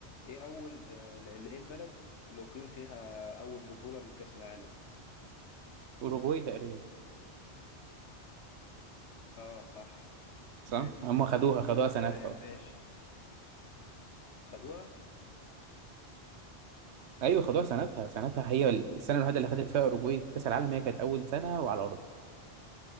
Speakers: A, on the left; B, on the right.
A: ايه اول آه، ال- ايه البلد اللي اقيم فيها اول بطولة لكأس العالم
B: أوروجواي تقريبا
A: اه صح
B: صح
A: حلو
B: هم خدوها خدوها سنتها
A: تمام
B: أصلا
A: ماشي خدوها
B: ايوه خدوها سنتها سنتها هي السنه الوحيده اللي خدت فيها اوروجواي كاس العالم هي كانت اول سنه وعلى ارضها